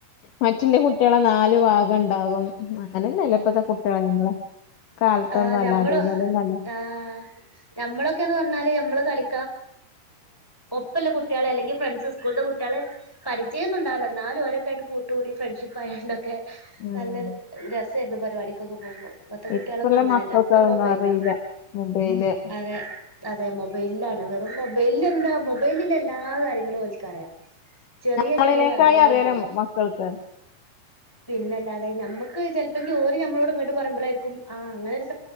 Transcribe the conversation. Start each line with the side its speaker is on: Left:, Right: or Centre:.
Left: മറ്റ്ള്ള കു കുട്ടികളെ നാല് ഭാഗം ണ്ടാകും അങ്ങനല്ലല്ല ഇപ്പത്തെ കുട്ടികളെ നമ്മളെ കാലത്തൊന്നും
Centre: ആ
Left: അല്ല
Centre: നമ്മളോ
Left: അതേപോലെയൊന്നും അല്ല
Centre: ആ നമ്മളൊക്കെന്ന് പറഞ്ഞാല് ന മ്മള് കളി ഒപ്പ കുട്ടികളെ അല്ലെങ്കിൽ ഫ്രണ്ട്സ് സ്കൂള്ത്തെ കുട്ടികളെ പരിചയ ന്നുണ്ടാവൂല നാലും ഓരൊക്കെ ആയിട്ട് കൂട്ടുകൂടി ഫ്രണ്ട്ഷിപ്പ ആയാണ്ടോ ഒക്കെ
Left: ആഹ്
Centre: നല്ല രസേരുന്നു പരിപാടിക്കൊക്കെ പോകുമ്പം
Left: ഇപ്പള്ള
Centre: കുട്യളൊന്നും അങ്ങനല്ല
Left: മക്കൾക്ക്
Centre: ഒക്കെ
Left: അതൊന്നും
Centre: മൊബൈലാ
Left: അറിയില്ല മൊബൈല്
Centre: അതെ അതെ മൊ ബൈലാണ് വെറും മൊബല് എന്താ മൊബൈലിൽള്ള എല്ലാ കാര്യങ്ങളും ഒൽക്കറിയാം ചെറിയ
Left: നമ്മളിനേക്കായി
Centre: ചെറിയ കാര്യങ്ങൾ
Left: അറിയാലോ
Centre: വരെ
Left: മക്കൾക്ക്
Centre: പിന്നെല്ലാതെ ഞമ്മക്ക് ചിലപ്പോ ങ്കി ഓര് നമ്മളോട് ഇങ്ങട്ട് പറുമ്പോഴായിരിക്കും ആ അങ്ങനെ ഒര്